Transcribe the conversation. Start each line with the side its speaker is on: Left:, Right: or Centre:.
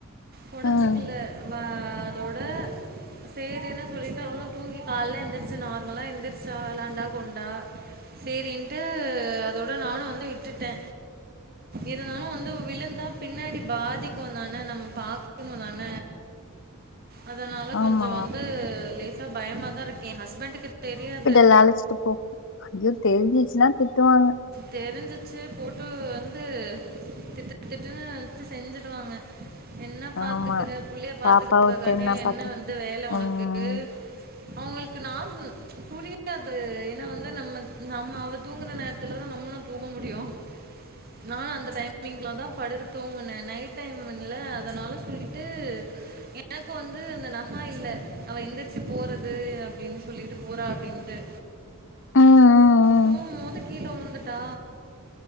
Right: பொடைச்சுக்கல
Left: ம்
Right: பா அதோட சேரின்னு சொல்லிட்டு அவளூ தூங்கி கால்ல எந்திரிச்சு நார்மலா எந்திரச் சா விளாண்டா கொண்டா சேரின்ட்டு அதோட நானு வந்து விட்டுட்டே எதுனாலு வந்து விழுந்தா பின்னாடி பாதிக்கு தான நம்ம பாக்கணு தான அதனால
Left: ஆமா
Right: கொஞ்சோ வந்து லேசா பயமாதா இருக்கு எ ஹஸ்பண்டுக்கு தெரியாது
Left: ல அழச்சிட்டு போ அது தெரிஞ்சுச்சுன்னா திட்டுவாங்க
Right: தெருஞ்சு ச்சு போட்டு வந்து திட்டுத்திட்டுன்னு வச்சு செஞ்சுடுவாங்க என்ன பாத்துக்குற
Left: ஆமா
Right: புள்ளய பாத்துக்கறத
Left: பாப்பாவ விட்டு
Right: காட்டியு என்ன
Left: பாத்து
Right: வந்து வேல ஒனக்கு
Left: ம்
Right: கு அவுங்களுக்கு நான் புரிய யாது ஏன்னா வந்து நம்ம அவ தூங்குற நேரத்துலதா நம்மளு தூங்க முடியு நானு அந்த டைமிங்ல தா படுத்து தூங்குனே நைட் டைம்மிங்ல அதனால சொல்லிட்டு எனக்கு வந்து அந்த நகா இல்ல அவ எந்துருச்சு போறது அப்டின்னு சொல்லிட்டு போறா அப்டின்னு ட்டு
Left: ம் ம் ம்
Right: தூங்கும் போது கீழ விழுந்துட்டா